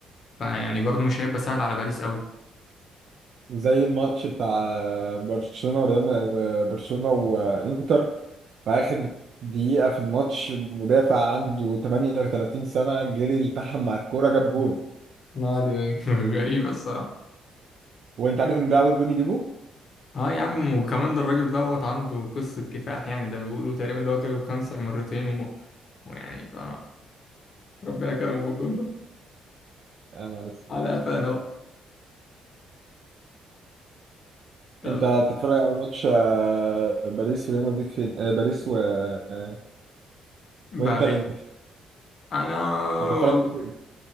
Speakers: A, on the left; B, on the right.
A: فيعني برضه مش هيبقى سهل على باريس قوي
B: زي الماتش بتاع برشلونة وريال م- وبرشلونة وانتر في آخر دقيقة في الماتش مدافع عنده 38 سنة جري التحم مع الكورة جاب جون
A: يعني <laughs> غريبه الصراحه
B: وانت عارف ان ده اول جون يجيبه؟
A: اه يا عم وكمان ده الراجل دوت عنده قصة كفاح يعني ده بيقولوا تقريبا اللي هو جاله كانسر مرتين و... ويعني ف ربنا كرمه بالجون ده
B: انا ما عارف
A: على قفانا بقى طب
B: انت هتتفرج على ماتش آه، باريس وريال مدريد فين؟ آه، باريس و... آه، وانتر
A: باري
B: امتى؟
A: انا
B: هتتفرج
A: والله
B: عليه فين؟